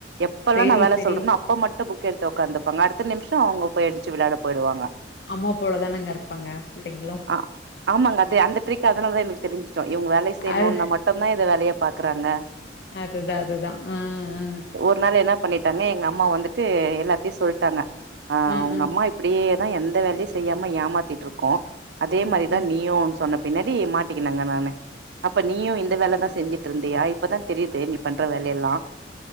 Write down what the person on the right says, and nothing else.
எப்பெல்லா
நா வேல
சொல்றேன்னோ அப் அப்ப மட்டு புக் எடுத்து ஒக்காந்துப்பாங்க அடுத்த நிம்ஷோ அவங்க போயி எந்துச்சு வெளாட போய்டுவாங்க
அ ஆமாங்க அது அந்த டிரிக் அதுனால தா எனக்கு தெரிஞ்சுடோம் இவுங்க வேல செய்ணுன்னா
மட் டுந்தா இத வேலயா பாக்குறாங்க
முன்னால என்ன பண்ணிட்டாங்க எங்க அம்மா வந்துட்டு எல்லாத்தயு சொல்ட்டாங்க அ
உங்க
அம்மா இப் அப்டியே தா எந்த வேலையு செய்யாம ஏமாத்திட்டிருக்கோ அதே
மாரி தா
நீயு சொன்ன பின்னடி மாட்டிக்கினேங்க நானு அப்ப நீயு இந்த வேலதா செஞ்சிட்டு ருந்தியா இப்பதா தெரியுது நீ பண்ற வேல யெல்லா